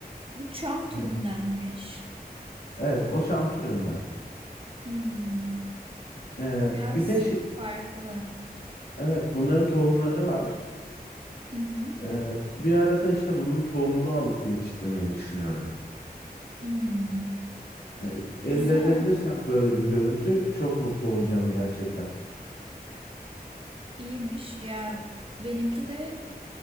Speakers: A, on the right; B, on the left.
A: bu çam türündenmiş.
B: Evet, Evet, o çam türünden.
A: Hmm.
B: Ee,
A: Bu biraz
B: bir de şey,
A: farklı.
B: evet bunların tohumları var.
A: Hı hı.
B: Ee, bir arada işte bunun tohumunu alıp yetiştirmeyi düşünüyorum.
A: Hmm.
B: Yani elde
A: Güzel.
B: edebilirsen böyle bir görüntü çok mutlu olacağım gerçekten.
A: İyiymiş. Ya benimki de